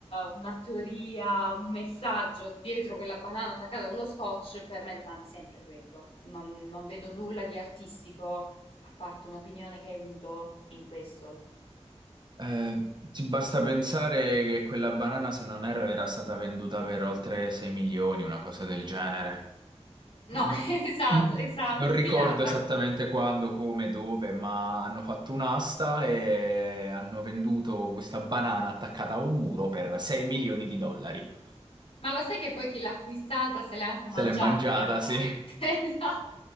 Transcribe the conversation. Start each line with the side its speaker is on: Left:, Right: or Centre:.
Left: una teoria, un messaggio dietro quella banana attaccata con lo scotch, per me rimane sempre quello. Non, non vedo nulla di artistico, a parte un'opinione che hai avuto in questo.
Right: Eh, ti basta pensare che quella banana, se non erro, era stata venduta per oltre 6 milioni, una cosa del genere.
Left: No,
Right: No,
Left: <laughs> esatto,
Right: non
Left: esatto. Chi
Right: ricordo
Left: l'ha l'ha
Right: esattamente quando, come, dove, ma hanno fatto un'asta e hanno venduto questa banana attaccata a un muro per 6 milioni di dollari.
Left: Ma lo sai che poi chi l'ha acquistata se l'è anche
Right: Se
Left: mangiata
Right: l'è mangiata,
Left: in realtà?
Right: sì.
Left: <laughs> Esatto.